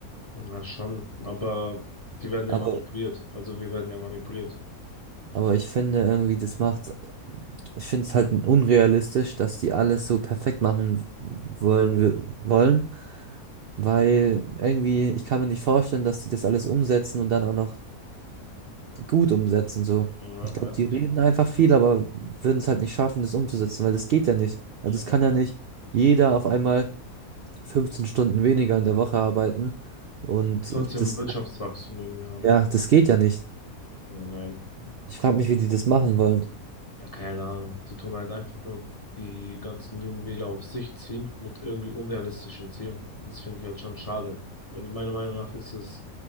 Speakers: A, on the left; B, on the right.
A: ja, schon. Aber die werden
B: Aber
A: ja manipuliert. Also wir werden ja manipuliert.
B: Aber ich finde irgendwie, das macht, ich finde es halt unrealistisch, dass die alles so perfekt machen wollen, wi- wollen, weil irgendwie, ich kann mir nicht vorstellen, dass die das alles umsetzen und dann auch noch gut umsetzen, so.
A: Ja,
B: Ich glaube,
A: ja,
B: die reden einfach viel, aber würden es halt nicht schaffen, das umzusetzen, weil das geht ja nicht. Also
A: ja.
B: es kann ja nicht jeder auf einmal 15 Stunden weniger in der Woche arbeiten und
A: Trotzdem
B: das,
A: Wirtschaftswachstum irgendwie haben.
B: ja, das geht ja nicht.
A: Ja, nein.
B: Ich frage mich, wie die das machen wollen.
A: Ja, keine Ahnung. Die tun halt einfach nur die ganzen jungen Wähler auf sich ziehen mit irgendwie unrealistischen Zielen. Das finde ich halt schon schade. Weil meiner Meinung nach ist es